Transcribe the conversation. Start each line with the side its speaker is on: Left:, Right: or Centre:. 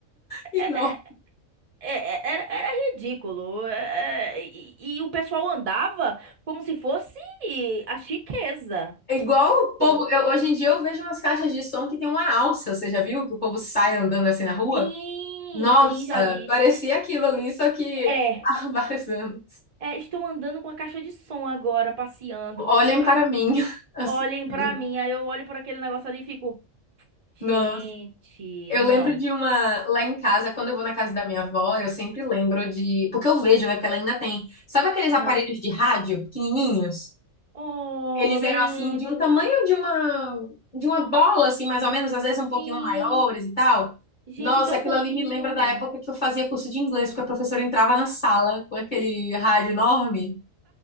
Left: E
Right: é-
Left: não.
Right: é- é- é, era, era ridículo. É- é, e, e o pessoal andava como se fosse a chiqueza.
Left: É igual o povo.
Right: Tô.
Left: eu- hoje em dia eu vejo umas caixas de som que tem uma alça. Você já viu que o povo sai andando assim na rua?
Right: Sim,
Left: Nossa,
Right: sim, já vi.
Left: parecia aquilo ali, só que
Right: É.
Left: <laughs> há vários anos.
Right: É, estou andando com a caixa de som agora, passeando.
Left: Olhem
Right: Ah,
Left: para mim. <laughs> Assim,
Right: olhem pra
Left: mesmo.
Right: mim. Aí eu olho para aquele negócio ali e fico, gente,
Left: nossa. Eu
Right: não.
Left: lembro de uma lá em casa, quando eu vou na casa da minha avó, eu sempre lembro de. Porque eu vejo, né? Porque ela ainda tem. Sabe aqueles aparelhos
Right: Aham.
Left: de rádio pequenininhos?
Right: Oh,
Left: Eles
Right: lembro.
Left: eram assim de um tamanho de uma de uma bola assim, mais ou menos, às vezes um pouquinho
Right: Sim,
Left: maiores e tal.
Right: gente,
Left: Nossa,
Right: tão
Left: aquilo
Right: fofinho.
Left: ali me lembra da época que eu fazia curso de inglês, porque a professora entrava na sala com aquele rádio enorme.